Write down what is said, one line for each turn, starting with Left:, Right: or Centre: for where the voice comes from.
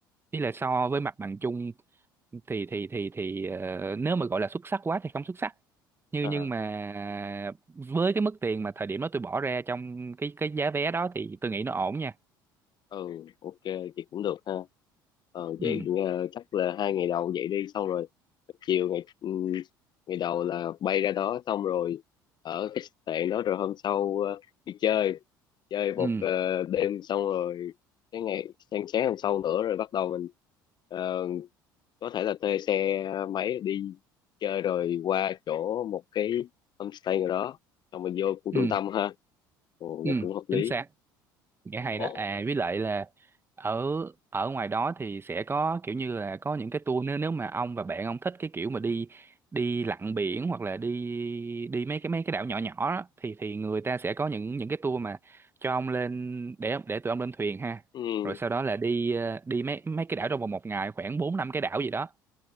Right: ý là so với mặt bằng chung thì thì thì thì ờ, nếu mà gọi là xuất sắc quá thì không xuất sắc như nhưng
Left: không
Right: mà với cái mức tiền mà thời điểm đó tôi bỏ ra trong cái cái giá vé đó thì tôi nghĩ nó ổn nha
Left: ừ ok chị cũng được ha ờ,
Right: ừ
Left: vậy ờ, chắc là hai ngày đầu vậy đi xong rồi chiều ngày ừm, ngày đầu là bay ra đó xong rồi ở khách sạn đó rồi hôm sau ờ, đi chơi chơi một
Right: ừ
Left: ờ, đêm xong rồi cái ngày sáng sáng hôm sau nữa rồi bắt đầu mình ờ, có thể là thuê xe máy đi chơi rồi qua chỗ một cái homestay nào đó xong mình vô khu
Right: ừ
Left: trung tâm ha Ồ,
Right: ừ
Left: nghe cũng hợp lý
Right: chính xác nghĩa hay
Left: ủa
Right: đó à với lại là ở ở ngoài đó thì sẽ có kiểu như là có những cái tour nếu nếu mà ông và bạn ông thích cái kiểu mà đi đi lặn biển hoặc là đi đi mấy cái mấy cái đảo nhỏ nhỏ đó, thì thì người ta sẽ có những những cái tour mà cho ông lên để để tụi ông lên thuyền ha
Left: ừ.
Right: rồi sau đó là đi ờ, đi mấy mấy cái đảo trong vòng một ngày khoảng bốn năm cái đảo gì đó